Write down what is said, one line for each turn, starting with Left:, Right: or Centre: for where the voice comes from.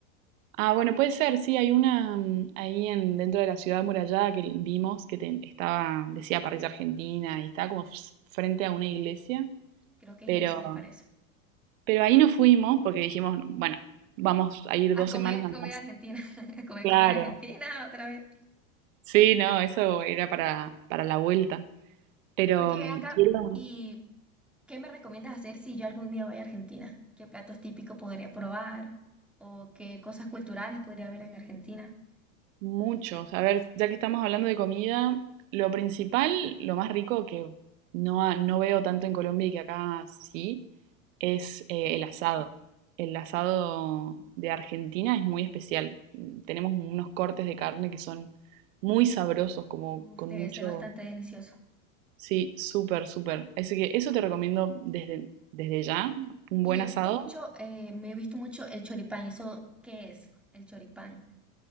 Right: Ah, bueno, puede ser, sí, hay una mm, ahí en, dentro de la ciudad amurallada que vimos que te- estaba, decía parrilla argentina y estaba como fs- frente a una iglesia,
Centre: Creo que es
Right: pero,
Centre: eso, me parece.
Right: pero ahí no fuimos porque dijimos, bueno, vamos a ir dos
Centre: A
Right: semanas
Centre: comer
Right: nada
Centre: comida
Right: más.
Centre: argentina, <laughs> a comer
Right: Claro.
Centre: comida argentina otra vez.
Right: Sí, no, eso era para, para la vuelta. Pero
Centre: Oye,
Right: mm,
Centre: ven acá
Right: quiero,
Centre: y ¿qué me recomiendas hacer si yo algún día voy a Argentina? ¿Qué platos típicos podría probar? ¿O qué cosas culturales podría ver en Argentina?
Right: Muchos. A ver, ya que estamos hablando de comida, lo principal, lo más rico que no, ha- no veo tanto en Colombia y que acá sí, es eh,
Centre: Sí.
Right: el asado. El asado de Argentina es muy especial. Mm, Tenemos unos cortes de carne que son muy sabrosos, como
Centre: Uf,
Right: con
Centre: debe
Right: mucho...
Centre: ser bastante delicioso.
Right: Sí, súper, súper. Así que eso te recomiendo desde, desde ya, un
Centre: Y
Right: buen
Centre: he
Right: asado.
Centre: visto mucho, eh, me he visto mucho el choripán. ¿Eso qué es? El choripán.